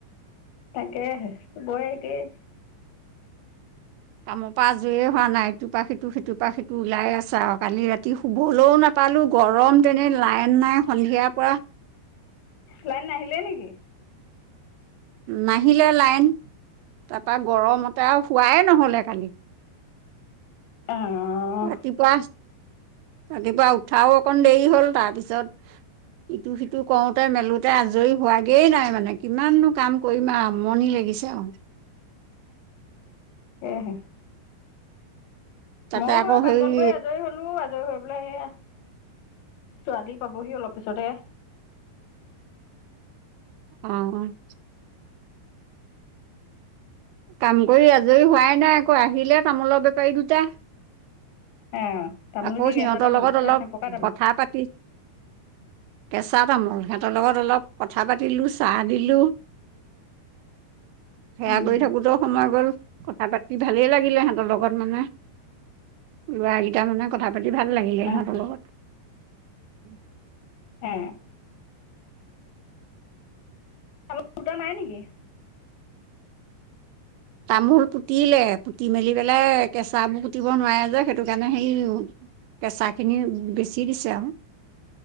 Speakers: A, on the left; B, on the right.
A: তাকেহে, গুৱাহাটীত <inaudible>
B: কামৰ পৰা আজৰিয়ে হোৱা নাই ইটোৰ পৰা সিটো সিটোৰ পৰা সিটো ওলাইে আছে আৰু কালি ৰাতি শুবলৈও নাপালো গৰম তেনে লাইন নাই সন্ধিয়াৰ পৰা
A: লাইন নাহিলে নেকি
B: নাহিলে লাইন তাৰপা গৰমতে আৰু শুৱাই নহলে খালি
A: অ'
B: ৰাতিপুৱা ৰাতিপুৱা উঠাও অকন দেৰি হ'ল তাৰপিছত ইটো সিটো কৰোতে মেলোতে আজৰি হোৱাগেই নাই মানে কিমাননো কাম কৰিম আৰু আমনি লাগে পিছে অ
A: আহহে
B: তাতে
A: ময়ো
B: আকৌ
A: হ কাম
B: হেৰি
A: বন কৰি আজৰি হলো আজৰি হৈ পেলাই এয়া ছোৱালী পাবহি অলপ পিছতে
B: অ কাম কৰি আজৰি হোৱাই নাই আকৌ আহিলে তামোলৰ বেপাৰী দুটা
A: এ তামোল
B: আকৌ
A: কি কেঁচা
B: সিহঁতৰ
A: তামোল
B: লগত
A: নে
B: অলপ
A: পকা তামোল?
B: কথা পাতি কেঁচা তামোল সিহঁতৰ লগত অলপ কথা পাতিলো চাহ দিলো সেয়া
A: উম
B: কৰি থাকোতেো সময় গল কথা পাতি ভালেই লাগিলে হেঁ সিহঁতৰ লগত মানে ল'ৰা কেইটা মানে কথা পাতি ভাল লাগিলে
A: অ'
B: সিহঁতৰ লগত উম
A: হ আমাৰ গুটা নাই নেকি
B: তামোল পুতিলে পুতি মেলি পেলাই কেঁচাবোৰ পুতিব নোৱাৰে যে সেইটো কাৰণে হেৰি কেঁচা খিনি বেচি দিছে আৰু